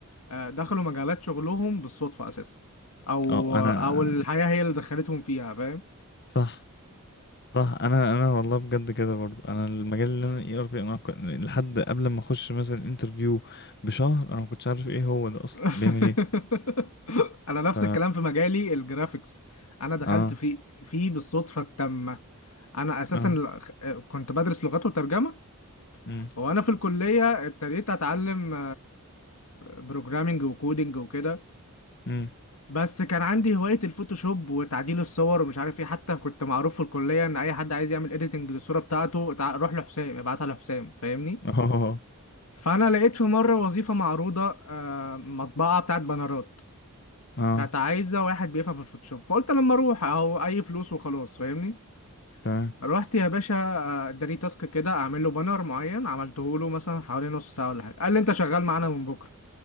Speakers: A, on the left; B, on the left.
A: آه، دخلوا مجالات شغلهم بالصدفة اساسا او
B: اه انا
A: او الحياة هي اللي دخلتهم فيها فاهم
B: صح صح انا انا والله بجد كده برضه انا المجال اللي انا اي ار بي انا كنت- لحد قبل ما اخش مثلا انترفيو بشهر انا ما كنتش عارف ايه هو ده اصلا
A: <laughs>
B: بيعمل ايه
A: انا نفس
B: ف
A: الكلام في مجالي الجرافيكس انا دخلت
B: اه
A: في فيه بالصدفه التامه انا اساسا
B: اه
A: ال- كنت بدرس لغات وترجمه
B: امم
A: وانا في الكليه ابتديت اتعلم بروجرامنج وكودينج وكده
B: امم
A: بس كان عندي هوايه الفوتوشوب وتعديل الصور ومش عارف ايه حتى كنت معروف في الكليه ان اي حد عايز يعمل اديتنج للصوره بتاعته تع- روح لحسام ابعتها لحسام فاهمني
B: <laughs> اه
A: فانا لقيت في مره وظيفه معروضه آه، مطبعه بتاعت بانرات
B: اه
A: كانت عايزه واحد بيفهم في الفوتوشوب فقلت لما اروح اهو اي فلوس وخلاص فاهمني
B: تمام
A: رحت يا باشا آه، اداني تاسك كده اعمل له بانر معين عملته له مثلا حوالي نص ساعه ولا حاجه قال لي انت شغال معانا من بكره